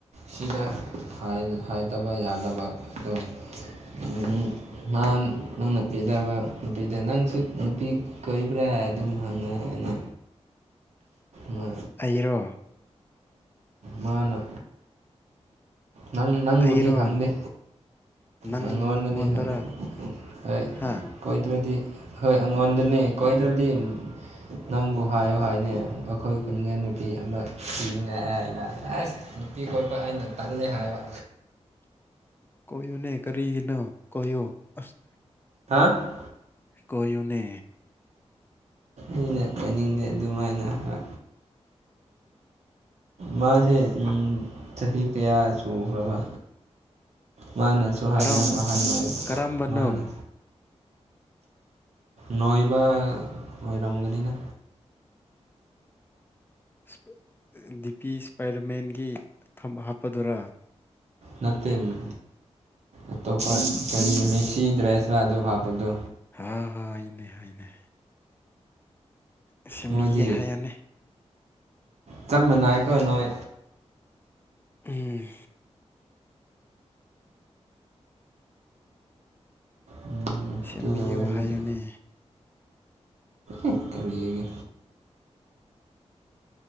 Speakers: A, on the right (about 70°); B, on the left (about 20°).
A: ꯁꯤꯗ ꯍꯥꯏꯗ ꯍꯥꯏꯇꯕ ꯌꯥꯗꯕ ꯇꯣ ꯎꯝ ꯅꯥꯍꯥꯟ ꯅꯪꯅ ꯄꯤꯗꯕ ꯅꯨꯄꯤꯗ ꯅꯪꯁꯨ ꯅꯨꯄꯤ ꯀꯣꯏꯕ꯭ꯔꯥ ꯑꯗꯨꯝ ꯍꯪꯉꯦ ꯑꯩꯅ ꯃ
B: ꯑꯩꯔꯣ
A: ꯃꯥꯅ ꯅꯪ ꯅꯪꯕꯨꯗꯤ
B: ꯑꯩꯔꯣ
A: ꯍꯪꯗꯦ꯫
B: ꯅꯪ
A: ꯅꯪꯉꯣꯟꯗꯗꯤ
B: ꯅꯪꯉꯣꯟꯗꯔ
A: ꯍꯪ ꯍꯣꯏ
B: ꯍꯥ
A: ꯀꯣꯏꯗ꯭ꯔꯗꯤ ꯍꯣꯏ ꯑꯉꯣꯟꯗꯅꯦ ꯀꯣꯏꯗ꯭ꯔꯗꯤ ꯅꯪꯕꯨ ꯍꯥꯏꯌꯨ ꯍꯥꯏ ꯅꯦ ꯑꯈꯣꯏ ꯈꯨꯟꯒ ꯅꯨꯄꯤ ꯑꯃ ꯊꯤꯅꯤꯡꯉꯥꯏ ꯑꯩꯅ ꯅꯨꯄꯤ ꯀꯣꯢꯄ ꯑꯩꯅ ꯇꯟꯅꯦ ꯍꯥꯏꯕ꯫
B: ꯀꯣꯏꯌꯨꯅꯦ ꯀꯔꯤꯒꯤꯅꯣ ꯀꯣꯏꯌꯣ ꯑꯁ
A: ꯍꯥꯥ
B: ꯀꯣꯏꯌꯨꯅꯦ
A: ꯑꯩꯅ ꯀꯥꯏꯅꯤꯡꯗꯦ ꯑꯗꯨꯃꯥꯏꯅ ꯍꯥꯌꯕ ꯃꯥꯁꯦ ꯎꯝ ꯆꯍꯤ ꯀꯌꯥ ꯁꯨꯈ꯭ꯔꯕ꯫ ꯃꯥꯅꯁꯨ ꯍꯥꯏ
B: ꯀꯔꯝ
A: ꯌꯥꯝ ꯑꯍꯟ ꯑꯣꯏ
B: ꯀꯔꯝꯕꯅꯣ
A: ꯃꯥꯅ ꯅꯣꯏꯕ ꯑꯣꯏꯔꯝꯒꯅꯤꯅ
B: ꯏꯁ ꯗꯤ ꯄꯤ ꯏꯁꯄꯥꯏꯗꯔꯃꯦꯟꯒꯤ ꯊꯝ ꯍꯥꯞꯄꯗꯨꯔꯥ
A: ꯅꯠꯇꯦ ꯃ ꯑꯇꯣꯞꯄ ꯀꯔꯤ ꯃꯦꯁꯤ ꯗ꯭ꯔꯦꯁ ꯔ ꯑꯗꯨ ꯍꯥꯞꯄꯗꯣ꯫
B: ꯑꯍꯥ ꯍꯥꯏꯅꯦ ꯍꯥꯏꯅꯦ꯫ ꯁꯦꯝꯕꯤꯒꯦ
A: ꯃꯣꯏꯗꯤ
B: ꯍꯥꯏꯌꯣꯅꯦ
A: ꯆꯞ ꯃꯥꯟꯅꯥꯏꯀꯣ ꯅꯣꯏ꯫
B: ꯎꯝ
A: ꯑꯗꯨ
B: ꯁꯦꯝꯕꯤꯌꯣ
A: ꯑꯣꯏꯔꯗꯤ
B: ꯍꯥꯏꯌꯨꯅꯦ꯫
A: ꯑꯥ ꯀꯔꯤꯒꯦ